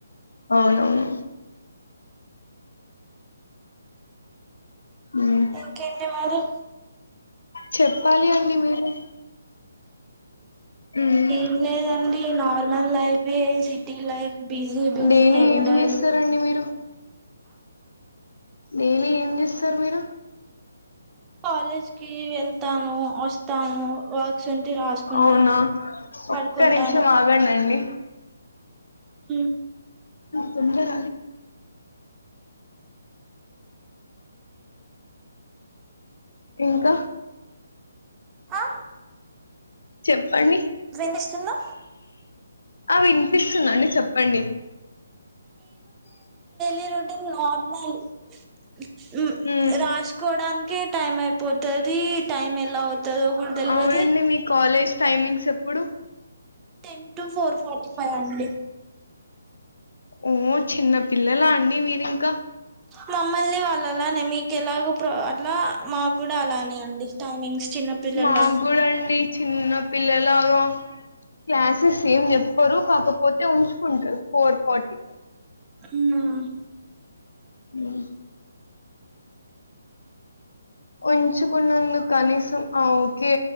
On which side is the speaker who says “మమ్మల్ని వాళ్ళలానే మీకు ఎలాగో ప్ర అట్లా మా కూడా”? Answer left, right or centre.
Right